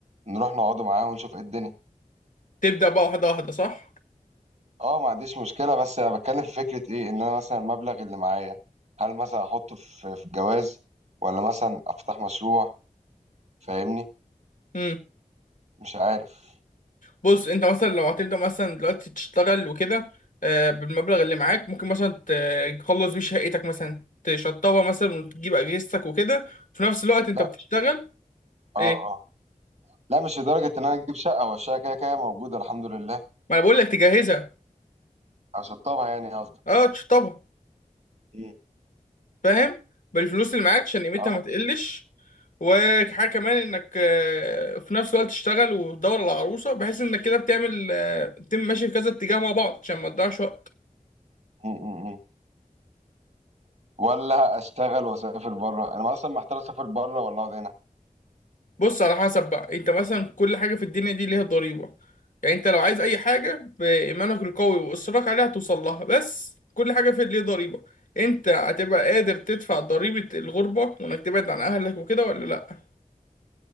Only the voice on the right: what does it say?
نروح نقعدوا معاها ونشوف ايه الدنيا
اه ما عنديش مشكله بس انا بتكلم في فكره ايه ان انا مثلا المبلغ اللي معايا هل مثلا احطه في في الجواز ولا مثلا افتح مشروع فاهمني
مش عارف
لا
اه
اه لا مش لدرجه ان انا اجيب شقه والشقه كده كده موجوده الحمد لله
اشطبها يعني قصدك
مم.
اه
م- م- م. ولا اشتغل واسافر بره انا اصلا محتار اسافر بره ولا اقعد هنا